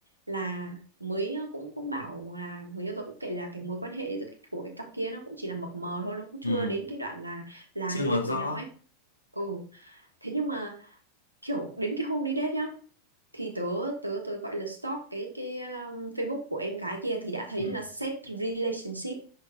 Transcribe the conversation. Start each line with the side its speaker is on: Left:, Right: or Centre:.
Right: là mới cũng cũng bảo là người yêu tớ cũng kể là cái mối quan hệ giữa- của cái cặp kia nó cũng chỉ là mập mờ thôi nó cũng chưa
Left: ừ
Right: đến cái đoạn là là
Left: chưa
Right: người
Left: mập
Right: yêu của
Left: rõ
Right: nhau ấy ừ thế nhưng mà kiểu đến cái hôm đi date nhá thì tớ tớ tớ gọi là stalk cái cái um, Facebook của em gái kia thì đã thấy
Left: ừ
Right: là set relationship